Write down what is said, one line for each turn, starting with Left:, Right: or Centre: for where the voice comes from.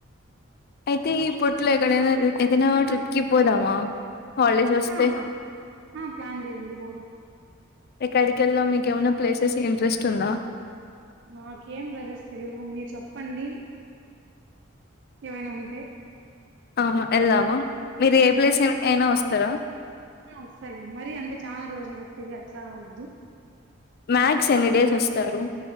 Left: అయితే ఇప్పట్లో ఎక్కడైనా ఏదైనా ట్రిప్కి పోదామా హాలిడేస్ వస్తే
Right: ఆ ఆ ప్లాన్ చేయండి పొదం
Left: ఎక్కడికెల్లం మీకెమన్న ప్లేసెస్ ఇంట్రెస్ట్ ఉందా
Right: మాకేం ప్లేసెస్ తెలీవు మీరు చెప్పండి ఏవైనా ఉన్
Left: ఆ వెళ్లావా మీరు
Right: ఉమ్
Left: ఏ ప్లేస్ అయినా వస్తారా
Right: ఆ వస్తలే మరీ అంటే చాలా రోజులు పెట్టేది అట్లా వద్దు
Left: మ్యాక్స్ ఎన్ని డేస్ వస్తారు